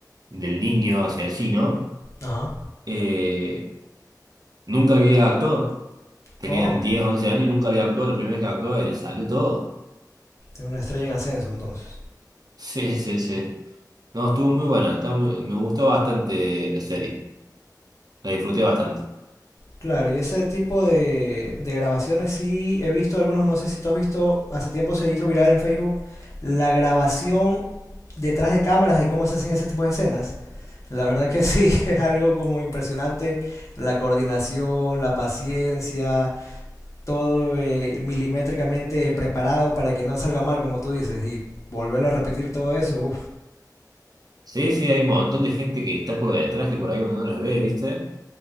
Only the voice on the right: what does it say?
del niño asesino,
eh, nunca había actuado. Tenían
10 11 años y nunca había actuado. La primera vez que actuó y le salió todo. <laughs>
Sí, sí, sí. No, estuvo muy buena. está muy- me gustó bastante la serie. La disfruté bastante.
Sí, sí, hay un montón de gente que está por detrás, que por ahí uno no las ve, ¿viste?